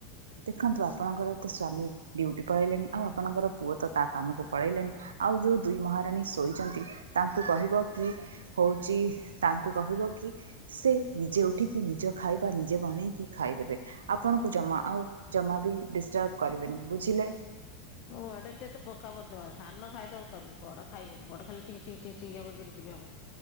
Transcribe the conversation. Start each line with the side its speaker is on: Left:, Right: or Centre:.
Right: ଦେଖନ୍ତୁ ଆପଣଙ୍କର ତ ସ୍ଵାମୀ ଡ୍ୟୁଟି ପଳେଇଲେଣି ଆଉ ଆପଣଙ୍କର ପୁଅ ତ ତା କାମକୁ ପଳେଇଲେଣି। ଆଉ ଯୋଉ ଦୁଇ ମହାରାଣୀ ଶୋଇଛନ୍ତି ତାଙ୍କୁ କହିବ କି ହୋଉଚି ତାଙ୍କୁ କହିବ କି ସେ ନିଜେ ଉଠିକି ନିଜ ଖାଇବା ନିଜେ ବନେଇକି ଖାଇଦେବେ ଆପଣଙ୍କୁ ଜମା ଆଉ ଜମା ବି ଡିଷ୍ଟର୍ବ କରିବେନି ବୁଝିଲେ।
Left: ମୁଁ ବଡେ ଯେତେ ପୋକକା ପଦ ସାନ ଖାଇଦବ କରିକି ବଡ ଖାଇବନି ବଡ ଖାଇ <unintelligible> ସିଙ୍ଗ ହବ ବିରି ପିରି ହବ